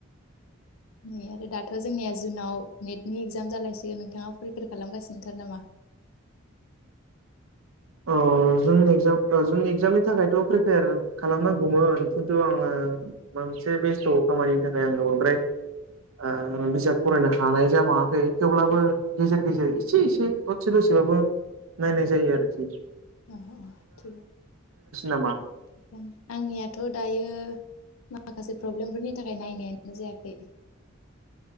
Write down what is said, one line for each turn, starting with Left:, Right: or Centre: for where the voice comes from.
Left: नै आरो दाथ' जोंनिया जुनाव नेटनि एक्जाम जागायसिगोन दायो नोंथाङा प्रिपेयार खालामगासिनो थादो नामा?
Right: ओ जुननि एकजाम ओ जुननि एकजामनि थाखायथ' प्रिपेयार खालामनांगौमोन खिन्थु आङो मोनसे बेस्थ खामानिनि थाखाय आङो बांद्राय ओ बिजाब फरायनो हानाय जाबाङाखै थेवब्लाबो गेजेर गेजेर एसे एसे दसे दसेबाबो नायनाय जायो आरो। खि
Left: अ अ थिगानो थिगानो,
Right: नामा
Left: आंनियाथ' दायो यो माखासे प्रब्लेमफोरनि थाखाय नायनायानो जायाखै।